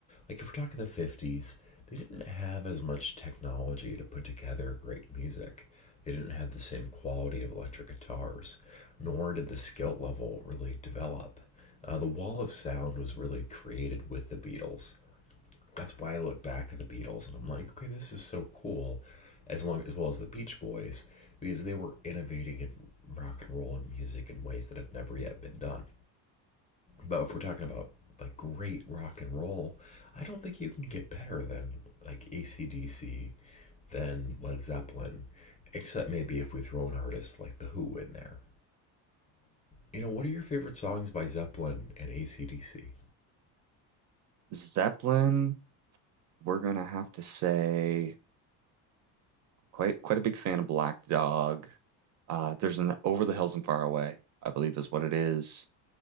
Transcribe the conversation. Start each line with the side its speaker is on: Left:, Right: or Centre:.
Left: Like if we're talking the 50s, they didn't have as much technology to put together great music. They didn't have the same quality of electric guitars, nor did the skill level really develop. Uh, the wall of sound was really created with the Beatles. That's why I look back at the Beatles and I'm like, okay, this is so cool, as long as well as the Beach Boys, because they were innovating in rock and roll and music in ways that had never yet been done. But if we're talking about like great rock and roll, I don't think you can get better than like ACDC, than Led Zeppelin, except maybe if we throw an artist like The Who in there. You know, what are your favorite songs by Zeppelin and ACDC?
Right: Zeppelin, we're gonna have to say quite quite a big fan of Black Dog. Uh, there's an Over the Hills and Far Away, I believe is what it is.